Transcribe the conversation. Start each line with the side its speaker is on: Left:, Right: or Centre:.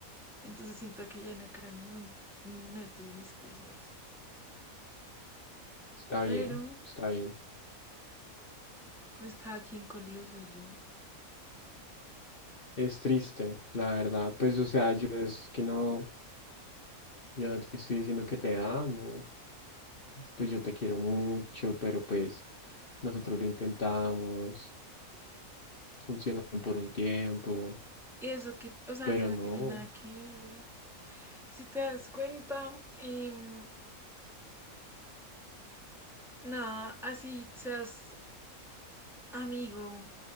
Centre: Entonces siento que ya no creo en ningún, ninguno de tus discursos.
Left: está
Centre: Pero,
Left: bien, está bien.
Centre: pues cada quien con lo suyo.
Left: Es triste, la verdad. Pues o sea, yo es que no. Ya te estoy diciendo que te amo, pues yo te quiero mucho, pero pues nosotros lo intentamos, funcionó por un tiempo,
Centre: Y eso que, o sea,
Left: pero
Centre: eso no
Left: no,
Centre: tiene nada que... Si te das cuenta, y mm, nada, así seas amigo